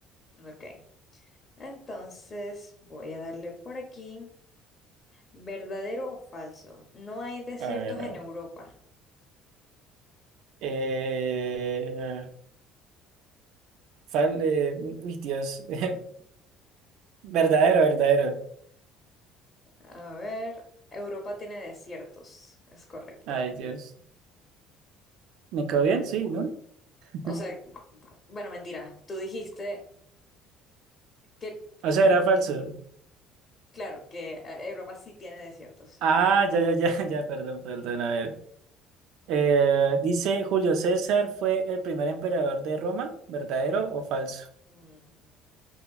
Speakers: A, on the left; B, on the right.
A: Ok. Entonces, voy a darle por aquí. ¿Verdadero o falso? No hay desiertos
B: A ver,
A: en
B: a ver.
A: Europa.
B: Eh, fal- eh, uy, Dios. <laughs> Verdadero, verdadero.
A: A ver, Europa tiene desiertos, es correcto.
B: Ay, Dios. ¿Me quedó bien? Sí, ¿no? <laughs>
A: O sea, bueno, mentira, tú dijiste que...
B: O sea,
A: sí.
B: era falso.
A: Claro que eh, Europa sí tiene desiertos.
B: Ah, ya, ya, ya, <laughs> ya, perdón, perdón, a ver. Eh, dice, Julio César fue el primer emperador de Roma, ¿verdadero o falso?
A: Mm,